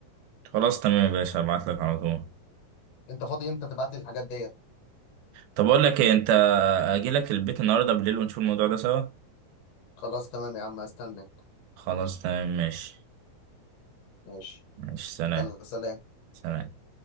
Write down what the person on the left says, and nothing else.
انت فاضي امتى تبعت لي الحاجات ديت
خلاص تمام يا عم استنى
ماشي
يلا سلام